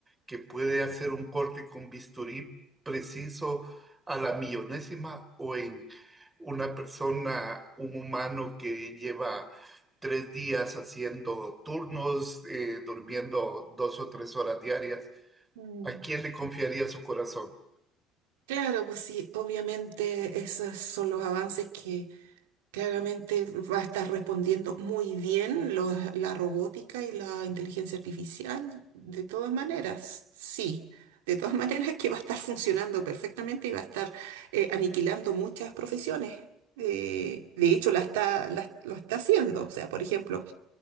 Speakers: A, on the right (about 20°); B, on the right (about 85°).
A: que puede hacer un corte con bisturí preciso a la millonésima o en una persona, un humano que lleva tres días haciendo turnos, eh, durmiendo dos o tres horas diarias?
B: Mm.
A: ¿A quién le confiaría su corazón?
B: Claro, pues sí, obviamente esos son los avances Claramente va a estar respondiendo muy bien los- la robótica y la inteligencia artificial, de todas maneras, sí, de todas <laughs> maneras que va a estar funcionando perfectamente y va a estar eh, aniquilando muchas profesiones. Eh, de hecho, la está, la- lo está haciendo. O sea, por ejemplo,